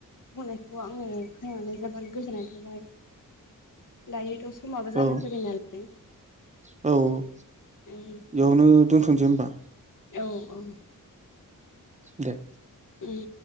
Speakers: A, on the left; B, on the right.
A: बुंनायखौ आङो खोनानानै जोबोद गोजोननाय थाबाय। दायोथ' समाबो जानानै
B: औ
A: फैबाय नालाय
B: औ
A: उम
B: बेयावनो दोनथ'नोसै होमबा?
A: औ औ
B: दे
A: उम।